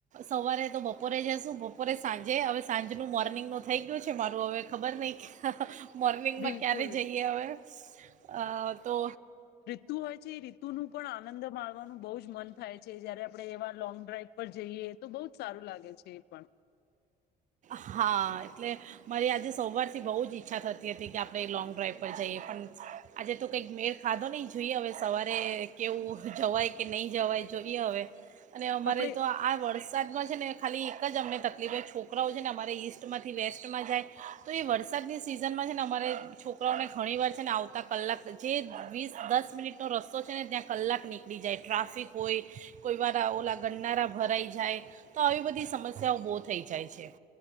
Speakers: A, on the right; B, on the left.
A: સવારે તો બપોરે જાશું બપ પોરે સાંજે, અવે સાંજ નું મોરનિંગનુ થ થઈ ગીયુ છે મારુ અવે ખબર નઈ, મોરનિંગમાં
B: બિલકુલ
A: ક્યારે જઈએ અવે? અ તો
B: તુ હવે જે એ રીતુ નું પણ આનંદ માણવાનું બઉ જ મન થાય છે. જયારે આપડણે એવા લોંગ ડ્રાઈવ પર જઈએ. તો બોઉ જ સારુ લાગે છે, એ પણ.
A: હા એટલે મારી આજે સૌ વારથી બઉ જ ઈચ્છા થતી હતી, કે આપણે લોંગ ડ્રાઈવ પર જઈએ પણ આજે તો કઇક મેળ ખાધો નઈ જોઈએ અવે, સવારે કેવું જવાય કે નઈ જવાય જોઈએ અવે. અને અમારે
B: આપણે
A: તો આ વરસાદમાં છે ને ખાલી એક જ અમને તકલીફે છો કરાઓ છે ને અમારે ઈસ્ટમાંથી વેસ્ટમાં જાય, તો એ વરસાદની સિઝનમાં છે ને અમારે છોકરાઓને ઘણી વાર છે ને આવતા કલાક જે વીસ દસ મિનિટનો રસ્તો છે ને ત્યાં કલાક નીક ળી જાય. ટ્રાફિક હોય કોઈવારા ઓલા ગંનારા ભરાઈ જાય. તો આવી બધી સમસ્યાઓ બો થઈ જાય છે.